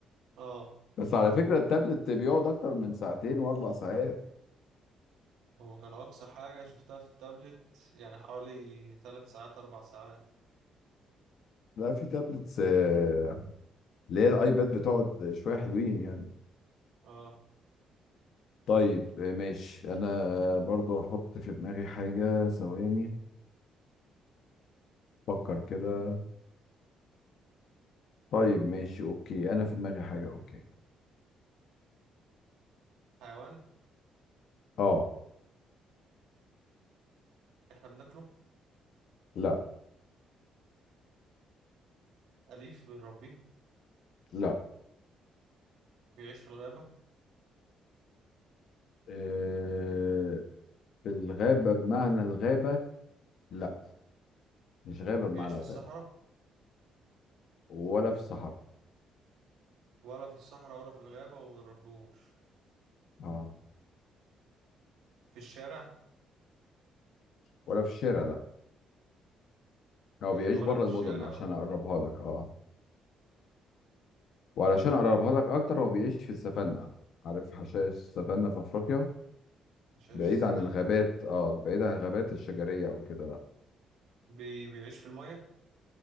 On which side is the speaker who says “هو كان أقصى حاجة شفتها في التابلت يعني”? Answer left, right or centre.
Right